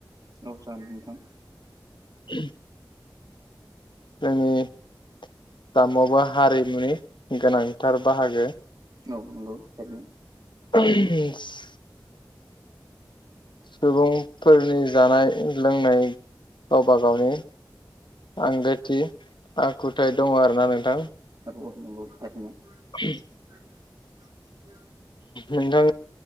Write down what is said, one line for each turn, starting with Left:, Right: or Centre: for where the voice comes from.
Right: नाव जानो नोंथां
Left: उ जोंनि आसामावबो हारिमुनि गोनांथार बाहागो
Right: औ नंगौ थरैनो।
Left: <inaudible> सुबुंफोरनि जानाय लोंनाय गावबा गावनि आंगोथि आखुथाय दङ आरोना नोंथां।
Right: औ औ नांगौ थारैनो।
Left: <inaudible>
Right: <unintelligible>
Left: नोंथां